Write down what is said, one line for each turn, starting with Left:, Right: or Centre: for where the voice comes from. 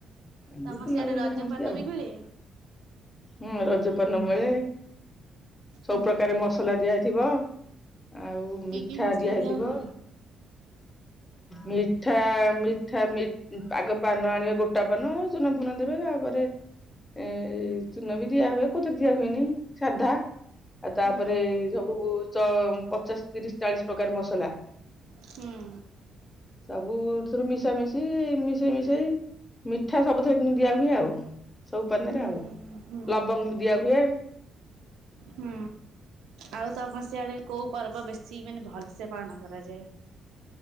Left: ଏମିତି
Right: ତମ
Left: ଖୁଲା
Right: ସିଆଡେ
Left: ବୁଲି
Right: ରଜ
Left: ହୁହନ୍ତି
Right: ପାନ
Left: ଆଉ।
Right: ବି ମିଳେ?
Left: ହୁଁ ରଜ ପର୍ନ ମିଳେ ସବୁ
Right: ହୁଁ
Left: ପ୍ରକାର ମସଲା ଦିଆଇଥିବ। ଆଉ
Right: କି
Left: ମିଠା
Right: କି ମସଲା
Left: ଦିଆ ହେଇଥିବ।
Right: ହୁଏ?
Left: ମିଠା ମିଠା ପାଗ ପାନ ଆଣିବ ଗୋଟେ କଟା ପାନ ସୁୁନା ଫୁନା ଦେବେ ତାପରେ ଏ ଚୂନ ବି ଦିଆ ହୁଏ କୋଥା ଦିଆ ହୁଏନି ସାଧା ଆଉ ତାପରେ
Right: ହୁଁ
Left: ଏ ସବୁ ପଚାଶ ତିରିଶ ଚାଳିଶ ପ୍ରକାର ମସଲା
Right: ହୁଁ।
Left: ସବୁଥିରୁ ମିଶା ମିଶି ମିଶେଇ ମିଶେଇ ମିଠା ସବୁଥିରେ କିନ୍ତୁ ଦିଆ ହୁଏ ଆଉ ସବୁ ପାଣିରେ
Right: ହୁଁ
Left: ଆଉ
Right: ହୁଁ
Left: ଲବଙ୍ଗ ବି ଦିଆ ହଏ
Right: ହୁଁ ଆଉ ତମସି ଆଡେ କୋଉ ପର୍ବ ବେଶୀ ମାନେ ଭଲ ସେେ ପାଳନ କରାଯାଏ।